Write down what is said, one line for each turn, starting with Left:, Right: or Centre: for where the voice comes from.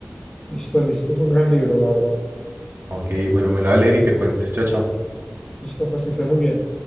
Left: listo, listo, es un gran libro, la verdad.
Right: Ok, bueno, me lo voy a leer y te cuento. Chao, chao.
Left: Listo, pues que esté muy bien.